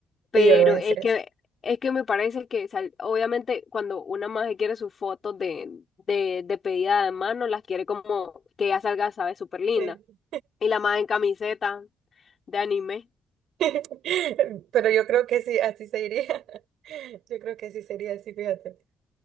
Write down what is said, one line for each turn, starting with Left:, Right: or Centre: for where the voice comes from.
Left: Pero
Right: Sí, yo le voy a decir
Left: es
Right: eso.
Left: que, es que me parece que, sal- obviamente, cuando una maje quiere sus fotos de, de, de pedida de mano, las quiere como que ya salga, sabe, súper linda.
Right: Sí.
Left: Y la maje en camiseta de anime.
Right: <laughs> Pero yo creo que sí, así se iría. <laughs> Yo creo que sí sería así, fíjate.